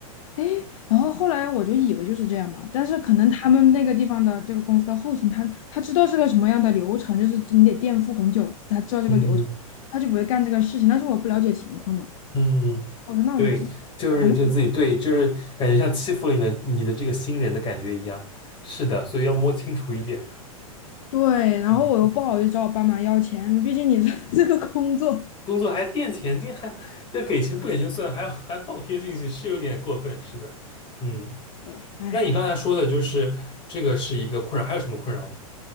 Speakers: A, on the left; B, on the left.
A: 哎，然后后来我就以为就是这样嘛，但是可能他们那个地方的这个公司的后勤，他他知道是个什么样的流程，就是你得垫付很久，他知道这个流程，
B: 嗯
A: 他就不会干这个事情。但是我不了解情况嘛，
B: 嗯嗯。
A: 我说那我就自己搞。
B: 对，就是就自己对，
A: 还
B: 就是感觉像欺负了你的你的这个新人的感觉一样。是的，所以要摸清楚一点。
A: 对，然后我又不好意思找我爸妈要钱，
B: 嗯，
A: 毕竟你这 <laughs> 这个工作
B: <laughs> 工作还垫钱，这还这给钱不给就算，还要还要倒贴进去，是有点过分。是的，嗯，
A: <laughs> 的，唉。
B: 那你刚才说的就是这个是一个困扰，还有什么困扰吗？